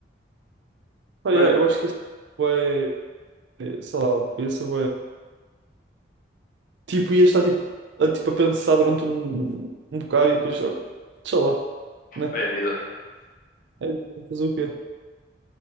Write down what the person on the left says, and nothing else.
Mas
é vida.